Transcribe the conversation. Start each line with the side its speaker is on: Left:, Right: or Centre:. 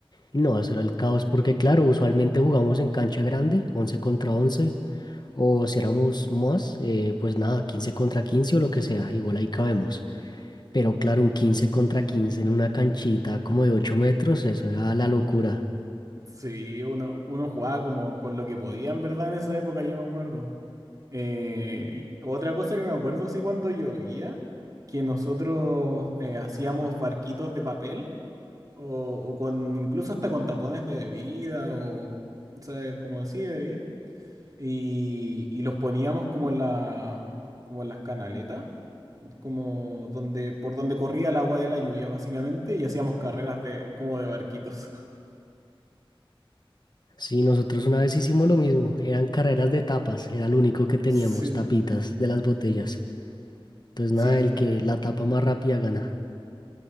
Left: No, eso era el caos porque claro, usualmente jugamos en cancha grande, 11 contra 11. O si éramos más, eh, pues nada, 15 contra 15 o lo que sea, igual ahí cabemos. Pero claro, un 15 contra 15 en una canchita como de 8 metros, eso era la locura.
Right: Sí, uno, uno jugaba como con lo que podía, en verdad, en esa época, yo me acuerdo. Eh, y otra cosa que me acuerdo, sí, cuando llovía, que nosotros eh, hacíamos barquitos de papel, o, o con incluso hasta con tapones de bebida, o, o sea, como así de bebida, y, y los poníamos como en la, como en las canaletas, como donde, por donde corría el agua de la lluvia, básicamente, y hacíamos carreras de, como de barquitos. <laughs>
Left: Sí, nosotros una vez hicimos lo mismo, eran carreras de tapas, era lo único que teníamos,
Right: Sí.
Left: tapitas de las botellas. Entonces
Right: Sí,
Left: nada, el que la tapa más rápida gana.